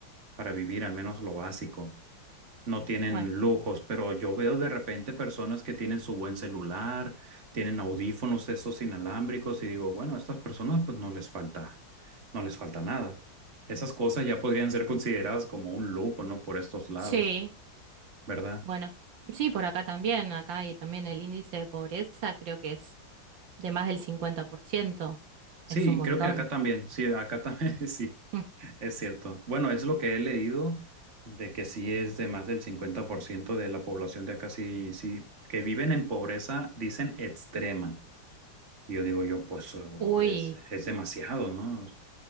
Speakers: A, on the right; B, on the right.
A: para vivir, al menos lo básico. no tienen
B: Bueno,
A: lujos, pero yo veo de repente personas que tienen su buen celular, tienen audífonos esos inalámbricos y digo, bueno, a estas personas pues no les falta, no les falta nada. Esas cosas ya podrían ser consideradas como un lujo, ¿no? Por estos lados,
B: sí,
A: ¿verdad?
B: bueno, sí, por acá también, acá y también el índice de pobreza creo que es de más del 50%.
A: Sí,
B: Es un montón.
A: creo que acá también, sí, acá también, <laughs> sí,
B: Mm.
A: es cierto. Bueno, es lo que he leído de que sí es de más del 50% de la población de acá, sí, sí, que viven en pobreza, dicen extrema. Y yo digo yo, pues oh,
B: Uy,
A: es, es demasiado, ¿no?